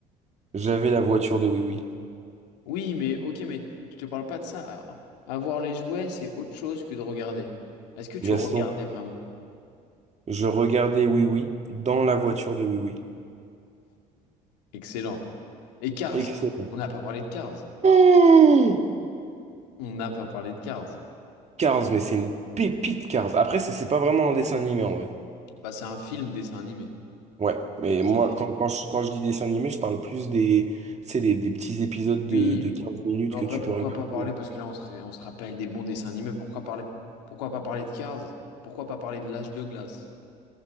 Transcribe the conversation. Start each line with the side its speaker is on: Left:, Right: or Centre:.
Right: J'avais la voiture de Oui Oui.
Left: Oui, mais ok, mais je te parle pas de ça. A- Avoir les jouets, c'est autre chose que de regarder. Est-ce que tu
Right: Gaston,
Left: regardais vraiment?
Right: je regardais Oui Oui dans la voiture de Oui Oui.
Left: Excellent. Et Cars,
Right: Excellent.
Left: on n'a pas parlé de Cars.
Right: <gasps>
Left: On n'a pas parlé de Cars.
Right: Cars, mais c'est une pépite Cars. Après, c'est c'est pas vraiment un dessin animé en vrai.
Left: Bah, c'est un film dessin animé.
Right: Ouais, mais
Left: Enfin,
Right: moi,
Left: c'est des
Right: quand,
Left: films.
Right: quand je, quand je dis dessin animé, je parle plus des, tu sais, des, des petits épisodes
Left: Oui,
Right: de, de
Left: mais
Right: 15 minutes
Left: mais en
Right: que
Left: vrai,
Right: tu
Left: pourquoi
Right: peux regarder.
Left: pas parler? Parce que là, on se, ré- on se rappelle des bons dessins animés. Pourquoi parler... pourquoi pas parler de Cars? Pourquoi pas parler de l'âge de glace?